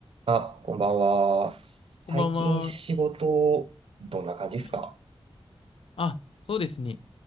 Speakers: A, on the right (about 65°); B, on the left (about 65°).
A: あ、こんばんは。最近仕事、
B: こんばんは。
A: どんな感じですか
B: はい。あ、そうですね。